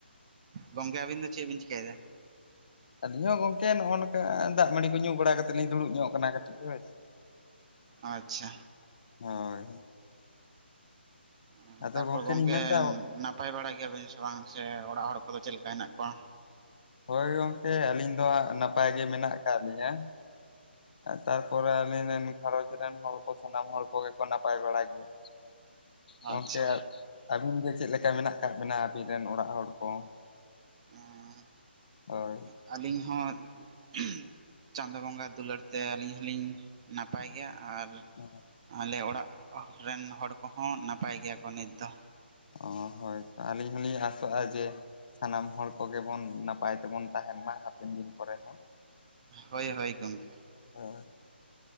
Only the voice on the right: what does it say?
ᱜᱚᱝᱠᱮ ᱟᱵᱤᱱ ᱫᱚ ᱪᱮᱫ ᱵᱤᱱ ᱪᱤᱠᱟᱭ ᱫᱟ?
ᱟᱪᱪᱷᱟ᱾
ᱚ
ᱛᱟᱨᱯᱚᱨᱮ
ᱜᱚᱝᱠᱮ
ᱱᱟᱯ ᱯᱟᱭ ᱵᱟᱲᱟ ᱜᱮᱭᱟᱵᱤᱱ ᱥᱮ ᱵᱟᱝ ᱥᱮ ᱚᱲᱟᱜ ᱦᱚᱲ ᱠᱚᱫᱚ ᱪᱮᱫ ᱞᱮᱠᱟ ᱦᱮᱱᱟᱜ ᱠᱚᱣᱟ?
ᱟᱪᱪᱷᱟ
ᱚᱸ᱾
ᱟᱹᱞᱤᱧ ᱦᱚᱸ ᱩᱦᱩᱸᱦ ᱪᱟᱸᱫᱳ ᱵᱚᱸᱜᱟ ᱫᱩᱞᱟᱹᱲ ᱛᱮ ᱟᱹᱞᱤᱧ ᱦᱚᱞᱤᱧ ᱱᱟᱯᱟᱭ ᱜᱮᱭᱟ ᱟᱨ
ᱟᱞᱮ ᱚᱲᱟᱜ ᱨᱮᱱ ᱦᱚᱲ ᱠᱚᱦᱚᱸ ᱱᱟᱯᱟᱭ ᱜᱮᱭᱟ ᱠᱚ ᱱᱤᱛ ᱫᱚ᱾
ᱦᱳᱭ ᱦᱳᱭ ᱜᱚᱢᱠᱮ᱾